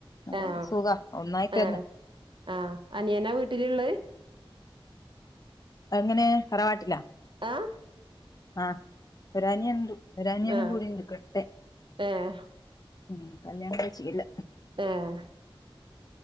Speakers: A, on the left (about 40°); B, on the right (about 60°).
A: അങ്ങാട്ട്
B: ആഹ്
A: പോക ഒന്നായിട്ടാ
B: ആഹ്
A: തന്നെ
B: ആഹ് അനിയനാ വീട്ടിലുള്ളത്
A: അ അങ്ങനെ തറവാട്ടിലാ
B: എഹ്
A: ആഹ് ഒരു അനിയൻ ഉണ്ട് ഒരു അനിയൻ
B: ആഹ്
A: കൂടിയുണ്ട് കേട്ടെ
B: ഏഹ്
A: ഉം കല്യാണം കഴിച്ചിക്കില്ല
B: ആഹ്